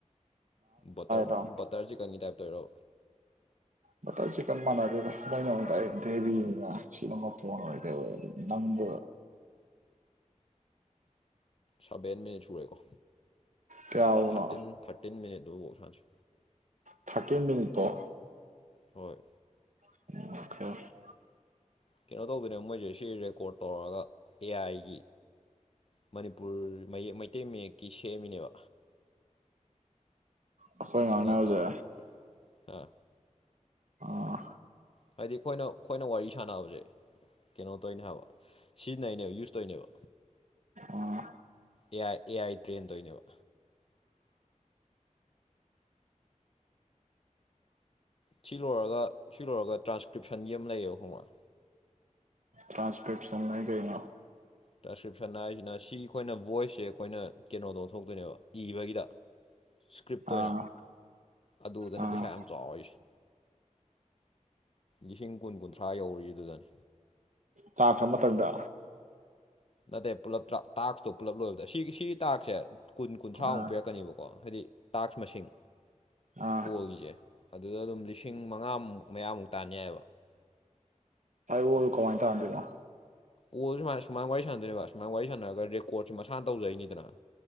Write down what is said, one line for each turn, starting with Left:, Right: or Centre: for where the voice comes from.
Left: ꯕꯇꯔ
Right: ꯇꯥꯃꯣ
Left: ꯕꯇꯔ ꯆꯤꯛꯀꯟꯒꯤ ꯇꯥꯏꯞꯇ ꯇꯧꯏꯔꯣ
Right: ꯕꯇꯔ ꯆꯤꯛꯀꯟ ꯃꯥꯟꯅꯗ‌ꯦꯗ ꯃꯣꯏꯅ ꯗꯥꯏꯔ‌ꯦꯛ ꯒ꯭ꯔꯦꯕꯤꯅ‌ꯦ ꯁꯤꯅ ꯃꯐ‌ꯣꯟ ꯑꯣꯏ ꯀꯩꯑꯣꯏ ꯑꯗꯨ ꯅꯝꯕ
Left: ꯁꯕꯦꯟ ꯃꯤꯅꯤꯠ ꯁꯨꯔꯦꯀꯣ
Right: ꯀꯌꯥꯎꯅꯣ
Left: ꯊꯥꯔꯇꯤꯟ ꯊꯥꯔꯇꯤꯟ ꯃꯤꯅꯤꯠ ꯗꯨꯐꯧ ꯁꯥꯟꯅꯁꯦ꯫
Right: ꯊꯥꯔꯇꯤꯟ ꯃꯤꯅꯤꯠ ꯐꯥꯎ
Left: ꯍꯣꯏ
Right: <unintelligible>
Left: ꯀꯩꯅꯣ ꯇꯧꯗꯣꯏꯅꯦ ꯃꯣꯏꯁꯦ ꯁꯤ ꯔꯦꯀꯣꯔꯠ ꯇꯧꯔꯒ ꯑꯦ ꯑꯥꯏꯒꯤ ꯃꯅꯤꯄꯨꯔ ꯃꯌꯦꯛ ꯃꯩꯇꯩ ꯃꯌꯦꯛꯀꯤ ꯁꯦꯝꯃꯤꯅꯦꯕ꯫
Right: ꯑꯩꯈꯣꯏ ꯉꯥꯡꯅꯕꯁꯦ
Left: ꯒ꯭ꯌꯥꯟ ꯇꯥꯕꯔꯥ ꯑꯥ
Right: ꯑꯣ
Left: ꯍꯥꯏꯗꯤ ꯈꯣꯏꯅ ꯈꯣꯏꯅ ꯋꯥꯔꯤ ꯁꯥꯟꯅꯕꯖ‌ꯦ ꯀꯩꯅꯣ ꯇꯧꯏꯅꯦ ꯍꯥꯏꯕ ꯁꯤꯖꯤꯟꯅꯩꯅꯦꯕ use ꯇꯧꯏꯅꯦꯕ꯫
Right: Ah
Left: A I A I train ꯇꯧꯏꯅꯦꯕ꯫ ꯁꯤ ꯂꯣꯏꯔꯒ ꯁꯤ ꯂꯣꯏꯔꯒ ꯇ꯭ꯔꯥꯟꯁꯀ꯭ꯔꯤꯞꯁꯟꯒꯤ ꯑꯃ ꯂꯩꯌꯦꯕ ꯈꯪꯕꯔ
Right: ꯇ꯭ꯔꯥꯟꯁꯄ꯭ꯔꯦꯞꯁꯟ ꯍꯥꯏ ꯀꯩꯩꯅꯣ
Left: ꯇ꯭ꯔꯁꯀ꯭ꯔꯤꯞꯁꯟ ꯍꯥꯏꯔꯤꯁꯤꯅ ꯁꯤ ꯑꯩꯈꯣꯏꯅ ꯚꯣꯏꯁꯁꯦ ꯑꯩꯈꯣꯏꯅ ꯀꯩꯅꯣꯗ ꯑꯣꯟꯊꯣꯛꯇꯣꯏꯅꯦꯕ ꯏꯕꯒꯤꯗ <unintelligible> ꯏꯁꯀ꯭ꯔꯤꯞꯇ
Right: ꯑꯥ
Left: ꯑꯣꯏꯅ ꯑꯗꯨꯗꯅꯦ
Right: ꯑꯥ
Left: ꯄꯩꯁꯥ ꯌꯥꯝ ꯆꯥꯎꯋꯤꯁ‌ꯦ ꯂꯤꯁꯤꯡ ꯀꯨꯟ ꯀꯨꯟꯊ꯭ꯔꯥ ꯌꯧꯔꯤꯁꯤ ꯑꯗꯨꯗꯅꯤ
Right: ꯇꯥꯛꯁ ꯃꯇꯪꯗ
Left: ꯅꯠꯇꯦ ꯄꯨꯜꯂꯞꯇ ꯇꯥꯛꯁꯇꯣ ꯄꯨꯂꯞ ꯂꯣꯏꯕꯗ ꯁꯤ ꯁꯤꯒꯤ ꯇꯥꯛꯁꯁꯦ ꯀꯨꯟ ꯀꯨꯟꯊ꯭ꯔꯥꯃꯨꯛ
Right: ꯑꯥ
Left: ꯄꯤꯔꯛꯀꯅꯦꯕꯀꯣ ꯍꯥꯏꯗꯤ ꯇꯥꯛꯁ ꯃꯁꯤꯡ
Right: ꯑꯥ
Left: ꯀꯣꯜꯒꯤꯁꯦ ꯑꯗꯨꯗ ꯑꯗꯨꯝ ꯂꯤꯁꯤꯡ ꯃꯉꯥꯃꯨꯛ ꯃꯌꯥꯃꯨꯛ ꯇꯥꯟ ꯌꯥꯏꯕ
Right: ꯀ‌ꯣꯜ ꯀꯃꯥꯏ ꯇꯥꯟꯗꯨꯏꯅ‌ꯣ
Left: ꯀꯣꯜ ꯁꯨꯃꯥꯏ ꯁꯨꯃꯥꯏꯅ ꯋꯥꯔꯤꯟꯅꯗꯣꯏꯕ ꯁꯨꯃꯥꯏ ꯋꯥꯔꯤ ꯁꯥꯟꯅꯔꯒ ꯔꯦꯀꯣꯔꯠꯁꯨ ꯃꯁꯥꯟ ꯇꯧꯖꯩꯅꯤꯗꯅ